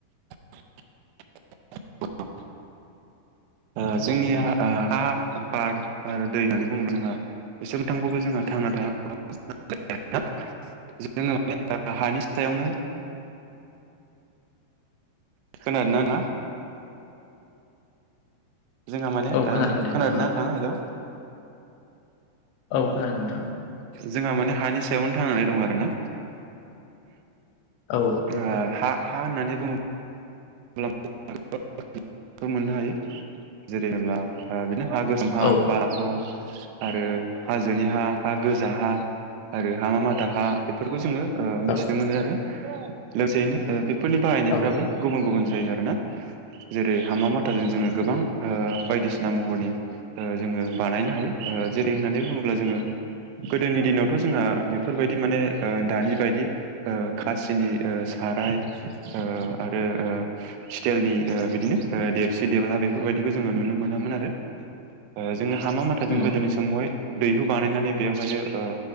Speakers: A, on the right; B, on the left.
A: <inaudible> ओ जोंनि हा बार आरो दै होननानै बुङो जोंहा बे स मोनथामखौबो जोंहा थांना थाया जोङो हानि सायावनो। खोनादों ना जोंहा माने
B: औ
A: खोनादोंना
B: खोनादों दे नोंथां औ
A: नोंथाङा हेल'।
B: औ खोनादों नोंथां।
A: जोंहा माने हानि सायावनो थांनानै दं आरो ना।
B: औ
A: ओ हा- हा होननानै बुङो -ब्लाथ' मोननो हायो जेरैब्ला बेनो आगषत मा
B: औ
A: बाराहा आरो हाजोनि हा हा गोजा हा आरो हा मा माथा हा बेफोरखौ जोङो ओ मिथिनो
B: औ
A: मोनो आरो लोगोसेयैनो बेफोरनि बाहायनायफ्राबो
B: औ
A: गुबुन -गुबुन आरो ना जेरै हामा माथाजों जोो गोबां बायदिसिना बिना महरनि ओ जोङो बानायनो हायो ओ जेरै होननानै बुङोब्ला जोङो गोदोनि दिनावथ जोंहा बेफोरबायदि माने ओ दानि बायदि ओ खासिनि ओ खाराय <inaudible> ओ आरो स्टाइलनि ओ बिदिनो देबसे देबला बेफोरबायदिखौ जोङो नुनो मोनामोन आरो ओ जोङो हामा माथाजोंनो
B: उम
A: गोदोनि समावहाय दैहु बानायनानै बेवहायनो ओ